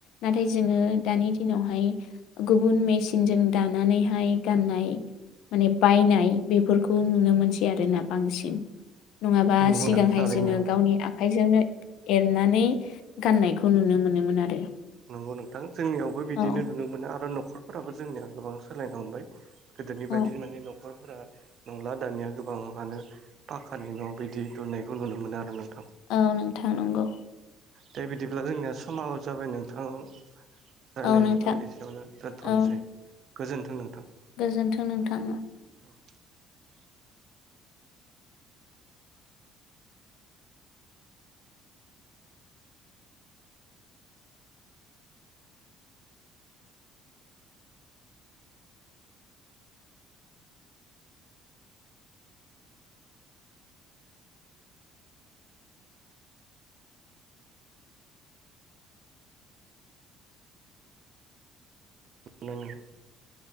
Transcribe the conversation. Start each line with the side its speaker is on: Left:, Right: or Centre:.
Left: नाथाय जोङो दानि दिनावहाय गुबुन मेचिनजों दानानैहाय गान नाय माने बायनाय बेफोरखौ नुनो मोनसै आरोना बांसिन नङाबा
Right: नंगौ
Left: सिगांहाय
Right: नोंथां थारैनो
Left: जोङो गावनि आ खाइजोंनो एरनानै गाननायखौ नुनो मोनोमोन आरो।
Right: नंगौ नोंथां जोंनियावबो बिदिनो
Left: औ
Right: नुनो मोनो आरो न'खरफोराबो जोंनिया गोबां सोलायनो हमबाय। गोदोनि
Left: औ
Right: बायदि माने न' खरफोरा नंला दानिया गोबाङानो पाकानि न' बिदि दुनायखौ नुनो मोनो आरो नों
Left: औ नोंथां नंगौ
Right: दा बिदिब्ला जोंनिया समाबो जाबाय नोंथां। रायलायनायखौ
Left: औ नोंथां
Right: एसेयावनो दोन्थ'नोसै
Left: औ
Right: गोजोन्थों नोंथां।
Left: गोजोन्थों नोंथां ओं।
Right: <unintelligible> <unintelligible>